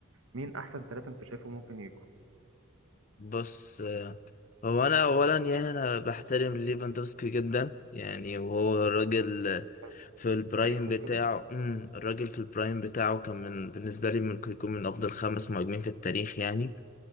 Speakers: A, on the right; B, on the left.
A: مين احسن ثلاثه انت شايفه ممكن يجوا
B: بص آه، هو انا اولا يعني انا بحترم ليفاندوفسكي جدا يعني وهو الراجل آه،
A: عشان
B: في البرايم
A: تاريخه
B: بتاعه
A: وكده
B: امم الراجل في البرايم بتاعه كان من بالنسبه لي ممكن يكون من افضل خمس مهاجمين في التاريخ يعني